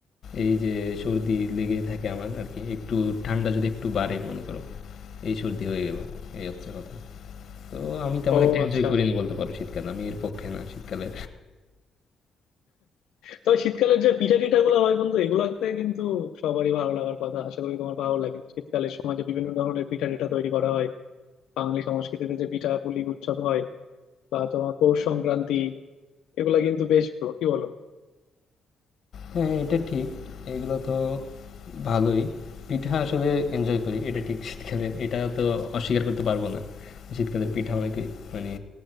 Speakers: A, on the left; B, on the left.
A: এই যে সর্দি লেগেই থাকে আমার আর কি একটু ঠান্ডা যদি একটু বাড়ে মনে করো এই সর্দি হয়ে গেল এই হচ্ছে কথা তো আমি তেমন
B: ও
A: একটা এনজয়
B: আচ্ছা
A: করি না বলতে পারো শীতকাল আমি এর পক্ষে না শীতকালে
B: তবে শীতকালের যে পিঠা টিঠা গুলো হয় বন্ধু এগুলোতে কিন্তু সবারই ভালো লাগার কথা আশা করি তোমার ভালো লাগে শীতকালের সময় যে বিভিন্ন ধরনের পিঠা টিঠা তৈরি করা হয় বাঙালি সংস্কৃতিতে যে পিঠা পুলি উৎসব হয় বা তোমার পৌষ সংক্রান্তি এগুলা কিন্তু বেশ ভালো কি বলো
A: হ্যাঁ, এটা ঠিক। এগুলো তো ভালোই। পিঠা আসলে এনজয় করি। এটা ঠিক শীতকালে এটা তো অস্বীকার করতে পারব না। শীতকালের পিঠা অনেকেই মানে